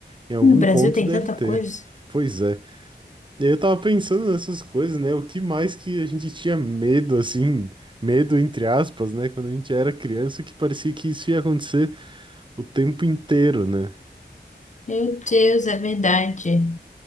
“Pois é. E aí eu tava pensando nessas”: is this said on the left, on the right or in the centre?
Right